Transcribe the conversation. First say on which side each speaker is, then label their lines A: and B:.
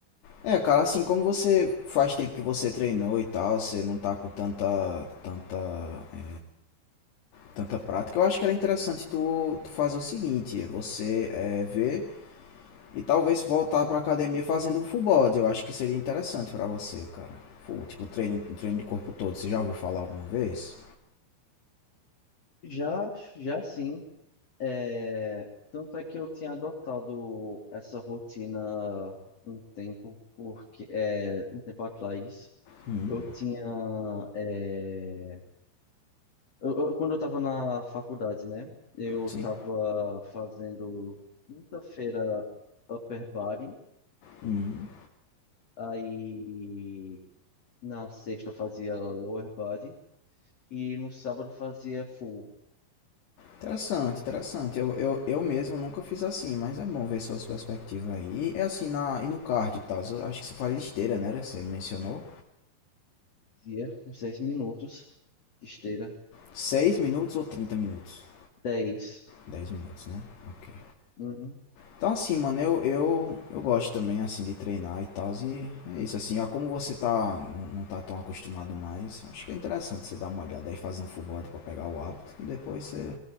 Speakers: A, on the left; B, on the left.
A: É, cara, assim, como você faz tempo que você treinou e tal, você não tá com tanta, tanta, é, tanta prática, eu acho que era interessante tu, tu fazer o seguinte, é você é, ver e talvez voltar pra academia fazendo um full body, eu acho que seria interessante pra você, cara. Full, tipo, treino, treino de corpo todo, você já ouviu falar alguma vez?
B: Já, já sim, É, tanto é que eu tinha adotado essa rotina um tempo, porque é, um tempo atrás
A: Hum,
B: eu tinha é, eu- eu- quando eu estava na faculdade, né? Eu
A: sim.
B: estava fazendo quinta-feira upper body,
A: Hum.
B: aí na sexta eu fazia lower body e no sábado eu fazia full,
A: Interessante, interessante. Eu, eu, eu mesmo nunca fiz assim, mas é bom ver suas perspectivas aí. E é assim, na, e no card e tal, eu acho que você fala de esteira, né? Era que você mencionou.
B: dia, uns 10 minutos de esteira,
A: seis minutos ou 30 minutos?
B: dez
A: dez minutos, né? Ok.
B: Uhum.
A: Então assim, mano, eu, eu, eu gosto também, assim, de treinar e tal, e é isso, assim, ó, como você tá, não, não tá tão acostumado mais, acho que é interessante você dar uma olhada aí, fazer um full body pra pegar o hábito, e depois você,